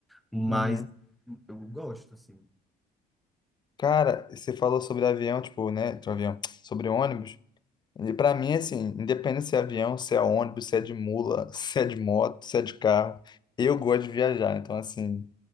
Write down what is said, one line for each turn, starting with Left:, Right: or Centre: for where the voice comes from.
Centre: mas
Left: uhum.
Centre: eu gosto assim.
Left: Cara, você falou sobre avião, tipo, né? Sobre avião, <tsk> sobre ônibus. E Pra mim, assim, independente se é avião, se é ônibus, se é de mula, <laughs> se é de moto, se é de carro, eu gosto de viajar. Então, assim,